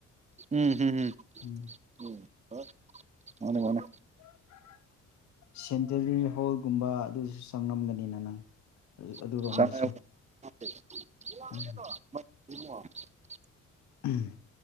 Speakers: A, on the right; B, on the left.
A: ꯎꯝ ꯍꯝ ꯍꯝ
B: ꯎꯝ
A: <unintelligible> ꯃꯥꯟꯅꯦ ꯃꯥꯟꯅꯦ
B: <unintelligible> ꯍꯣꯜꯒꯨꯝꯕ ꯑꯗꯨꯁꯨ ꯆꯪꯉꯝꯒꯅꯤꯅ ꯅꯪ
A: <inaudible>
B: ꯑꯗꯨꯔꯣꯝꯗꯁꯨ
A: <unintelligible>
B: ꯎꯝ ꯎꯝ